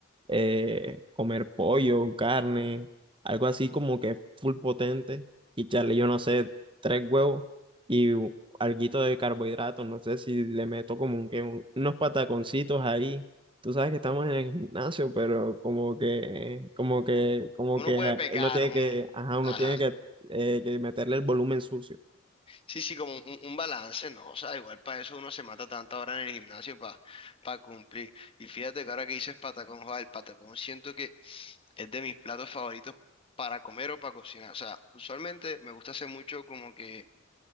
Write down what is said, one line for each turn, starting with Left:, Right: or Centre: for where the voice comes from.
Right: eh, comer pollo, carne, algo así como que full potente y echarle, yo no sé, tres huevos y u- alguito de carbohidratos, no sé si le meto como un, que un- unos pataconcitos ahí. Tú sabes que estamos en el gimnasio, pero como que, como que, como
Left: Uno
Right: que
Left: puede
Right: eh,
Left: pecar,
Right: uno tiene
Left: un...
Right: que, ajá, uno
Left: Ajá.
Right: tiene que, eh, que meterle el volumen sucio.
Left: Sí, sí, como un, un balance, ¿no? O sea, igual para eso uno se mata tanta hora en el gimnasio para cumplir. Y fíjate que ahora que dices patacón, joder, el patacón siento que es de mis platos favoritos para comer o para cocinar. O sea, usualmente me gusta hacer mucho como que